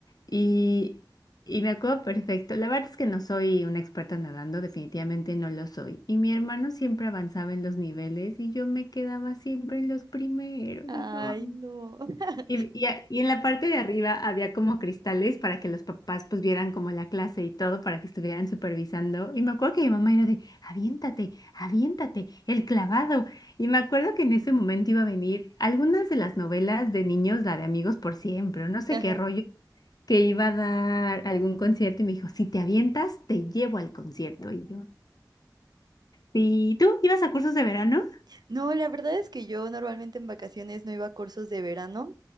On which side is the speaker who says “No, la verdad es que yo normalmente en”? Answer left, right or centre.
Right